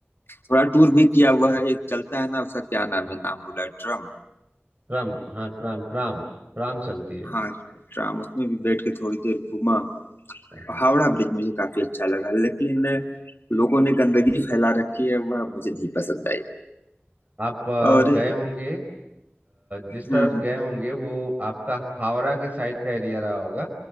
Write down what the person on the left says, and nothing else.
थोड़ा टूर भी किया हुआ है एक चलता है ना उसका क्या नाम है नाम भूला ट्रम
हाँ ट्राम उसमें भी बैठ के थोड़ी देर घूमा
हावड़ा ब्रिज मुझे काफी अच्छा लगा लेकिन लोगों ने गंदगी फैला रखी है वह मुझे नहीं पसंद आई
और हम्म
हम्म,